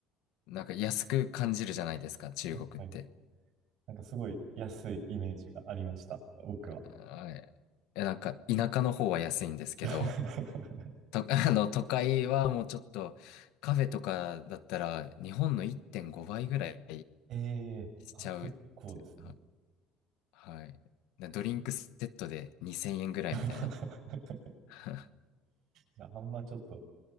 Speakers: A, on the left; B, on the right.
A: なんか安く感じるじゃないですか、中国って。
B: はいはい。なんかすごい安いイメージがありました、僕は。
A: はい。え、なんか、田舎の方は安いんですけど、
B: <laughs>
A: と、<laughs> あの、都会はもうちょっと、カフェとかだったら、日本の1.5倍ぐらい
B: ええあ、
A: しちゃうって、
B: 結構ですね。
A: は、はい。なドリンクセットで2000円ぐらいみたいな。
B: <laughs>
A: <laughs>
B: じゃあ、あんまちょっと